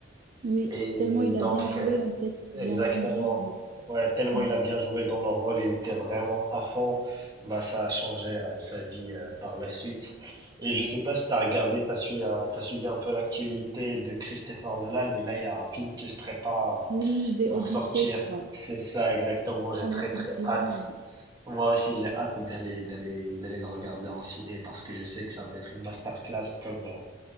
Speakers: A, on the right; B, on the right.
A: Oui,
B: Et
A: tellement il
B: donc,
A: a bien joué
B: euh,
A: en fait. J'ai
B: exactement.
A: entendu. euh,
B: Ouais, tellement
A: Oui,
B: il a bien joué dans le rôle, il était vraiment à fond. Bah, ça a changé euh, sa vie euh, par la suite. Et je sais pas si t'as regardé, t'as suivi, euh, t'as suivi un peu l'actualité de Christopher Nolan, mais là, il y a un film qui se prépare
A: Oui, The
B: pour
A: Odyssey,
B: sortir.
A: je crois.
B: C'est ça, exactement. J'ai
A: Ah,
B: très,
A: j'attends
B: très
A: tellement.
B: hâte.
A: ouais.
B: Moi aussi, j'ai hâte d'aller, d'aller, d'aller le regarder en ciné parce que je sais que ça va être une masterclass comme, euh,